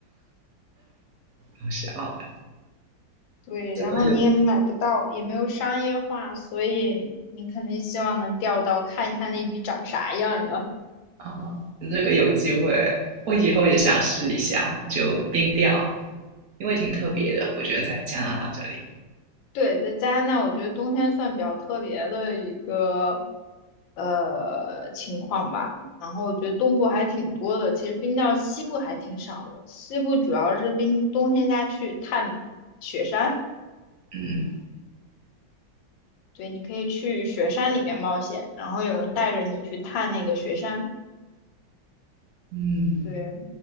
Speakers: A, on the right; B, on the left.
A: 好笑，
B: 对，
A: 这个有
B: 然后你也买不到，也没有商业化，所以你肯定希望能钓到，看一下那鱼长啥样呀。
A: 啊，这个有机会，我以后也想试一下，就冰钓。因为挺特别的，我觉得在加拿大这里。
B: 对，在加拿大，我觉得冬天算比较特别的一个呃情况吧。然后我觉得东部还挺多的，其实冰到西部还挺少的。西部主要是冰冬天家去探雪山，
A: 嗯
B: 对，你可以去雪山里面冒险，然后有人带着你去探那个雪山。
A: 嗯，
B: 对，